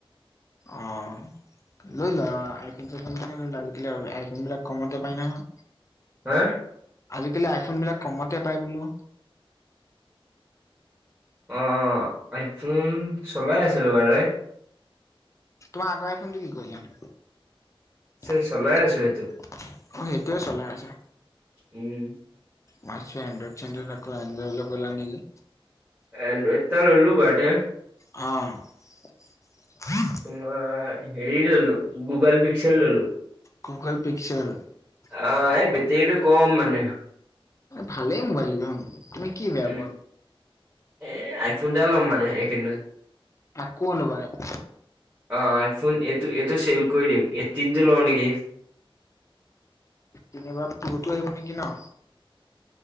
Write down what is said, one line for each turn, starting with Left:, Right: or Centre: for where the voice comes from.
Left: অহ লৈ লোৱা আজিকালি আইফোন চাইফোন বিলাকে ল ই লোৱা আজি কালি আইফোন বিলাক কমতে পাই নহয়
Right: হা
Left: আজিকালি আইফোন বিলাক কমতে পায় বোলো।
Right: অ অ আইফোন চলাই আছিলো ভালে।
Left: তোমাৰ আগৰ আইফোনটো কি কৰিলানো।
Right: চে
Left: অ
Right: চলাই আছো সেইটো
Left: সেইটোৱেই চলাই আছো।
Right: উম
Left: মই ভাৱিছো এণ্ড্ৰইড চণ্ড্ৰইড এণ্ড্ৰইডলৈ গ'লা নি কি।
Right: এণ্ড্ৰইউ এটা ললো বাডে বাৰ্ড।
Left: অ
Right: তোমাৰ হেৰি ললো গুগল পিক্চৰ ললো
Left: গুগল পিক্সেল
Right: আহ
Left: অ
Right: এই বেটেৰীটো কম মানে
Left: ভালেই মোবাইল লম তুমি কি বেয়া
Right: উম
Left: পোৱা
Right: এ আইফোন এটা ল'ম মানে এই কেই দিনত
Left: আকৌ লবা আইফণ
Right: অ আইফোন এইটো এইটো চেল কৰি দিম এইটীনটো লওঁ নেকি
Left: যেনি বা প্ৰো টো আহিব নেকি ন